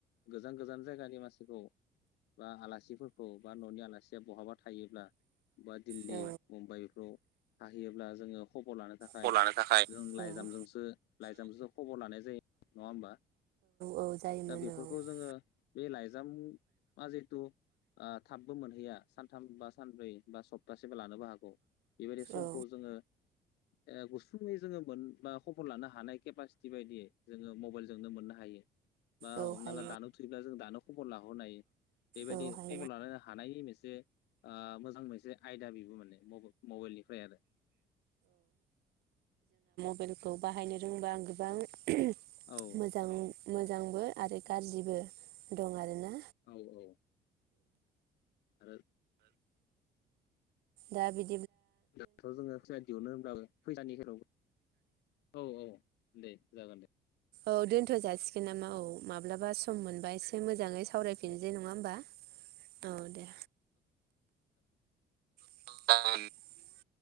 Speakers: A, on the left; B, on the right.
A: गोजान गोजान जायगानि मानसिखौ बा आलासिफोरखौ बा न'नि आलासिया बहाबा थायोब्ला बा दिल्ली
B: ओ
A: मुम्बाइफ्राव थाहैयोब्ला जो जोङो खबर लानो थाखाय
B: खबर लानो थाखाय
A: जों
B: सो
A: लाइजामजोंसो लाइजामजोंसो खबर लानाय जायो नङा होमबा
B: औ जायोमोन
A: दा बेफोरखौ
B: औ
A: जोङो बे लाइजामा जिहेथु ओ थाबबो मोनहैया सानथाम बा सानब्रै बा सप्तासेबो लानोबो हागौ बेबायदि समखौ
B: औ
A: जोङो ओ गुसुङै जोङो मोन बा खबर लानो हानाय केफा थिबायायदियै जोङो मबाइलजोंनो मोननो हायो बा
B: औ
A: हमना
B: हाय
A: ला दानो थुैब्ला जों दानो खबर लाहरनो हायो बेबायदि
B: औ हाय
A: खबर लानो हानायनि मोनसे ओ मोजां मोनसे आयदा बेबो माने मबाइलनिफ्राय आरो
B: मबाइल खौ बाहायनो रोंबा आं गोबां
A: आरो
B: मोजां मोजांबो आरो गाज्रिबो दं आरो ना।
A: औ औ आरो
B: दा बि
A: दाथ जोङो फैसा दिहुननो होनब्लाबो फैसानि <unintelligible> औ औ दे जागोन दे
B: औ दोनथ' जासिगोन नामा औ माब्लाबा सम मोनबाय एसे मोजाङै सावरायफिनसै
A: दे औ
B: नङा होमबा! औ दे <unintelligible>